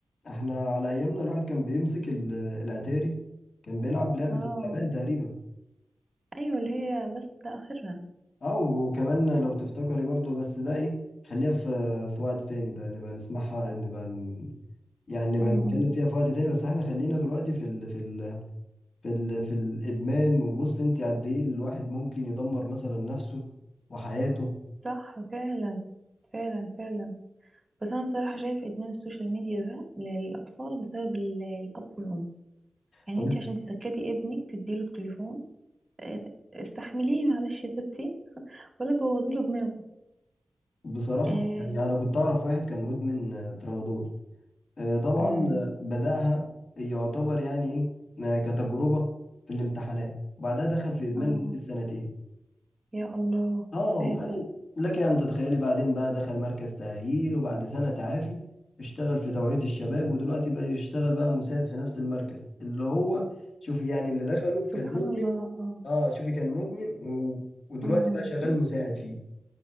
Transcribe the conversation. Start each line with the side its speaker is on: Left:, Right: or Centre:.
Left: احنا على ايامنا الواحد كان بيمسك ال- الاتاري كان بيلعب لعبة
Right: اه
Left: التعبان تقريبا
Right: ايوه اللي هي بس ده اخرنا
Left: اه وكمان لو تفتكري برضو بس ده ايه خليها في في وقت تاني ده نبقى نسمعها نبقى ن... يعني نبقى
Right: امم
Left: نتكلم فيها في وقت تاني بس احنا خلينا دلوقتي في ال... في ال... في ال... في الادمان وبص انت قد ايه الواحد ممكن يدمر مثلا نفسه وحياته
Right: صح فعلا فعلا فعلا بس انا صراحة شايف ادمان السوشيال ميديا ده للاطفال بسبب ال- الاب والام يعني
Left: طب
Right: انت عشان تسكتي ابنك تديله التليفون آه، استحمليه معلش يا ستي ولا تبوظي له دماغه
Left: بصراحة
Right: آه.
Left: يعني انا كنت اعرف واحد كان مدمن آه، ترامادول آه، طبعا
Right: امم
Left: آه، بدأها يعتبر يعني ايه آه، كتجربة في الامتحانات وبعدها دخل في إدمان
Right: اه
Left: لمدة سنتين
Right: يا الله يا
Left: اه
Right: ساتر
Left: وبعدين لك أن تتخيلي بعدين بقى دخل مركز تأهيل وبعد سنة تعافي اشتغل في توعية الشباب ودلوقتي بقى يشتغل بقى مساعد في نفس المركز اللي هو شوفي يعني اللي دخله كان
Right: سبحان
Left: مدمن
Right: الله اه
Left: اه شوفي كان مدمن و... ودلوقتي
Right: امم
Left: بقى شغال مساعد فيه